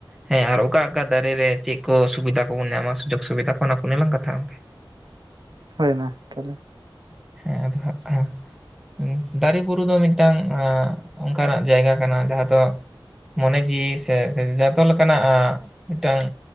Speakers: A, in the centre; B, on the right (about 55°).
A: ᱦᱮᱸ ᱟᱨ ᱚᱠᱟ ᱚᱠᱟ ᱫᱟᱨᱮ ᱨᱮ ᱪᱮᱜ ᱠᱚ ᱥᱩᱵᱤᱫᱟ ᱠᱚᱵᱚᱱ ᱧᱟᱢᱼᱟ, ᱥᱩᱡᱳᱜᱽ ᱥᱩᱵᱤᱫᱷᱟ ᱠᱚ ᱚᱱᱟ ᱠᱚᱜᱮ ᱞᱟᱝ ᱠᱟᱛᱷᱟᱜᱼᱟ᱾
B: ᱦᱳᱭ ᱢᱟ ᱛᱟᱦᱮᱞᱮ᱾
A: ᱦᱮᱸ ᱟᱫᱚ ᱦᱟᱸᱜ <unintelligible> ᱫᱟᱨᱮ ᱵᱩᱨᱩ ᱫᱚ ᱢᱤᱫᱴᱟᱝ ᱟᱸ ᱚᱸᱠᱟᱱᱟᱜ ᱡᱟᱭᱜᱟ ᱠᱟᱱᱟ ᱡᱟᱦᱟᱸ ᱫᱚ ᱢᱚᱱᱮ ᱡᱤᱣᱤ ᱥᱮ ᱡᱟ-ᱡᱟ ᱡᱟᱛᱚ ᱞᱮᱠᱟᱱᱟᱜ ᱟᱸ ᱢᱤᱫᱴᱟᱝ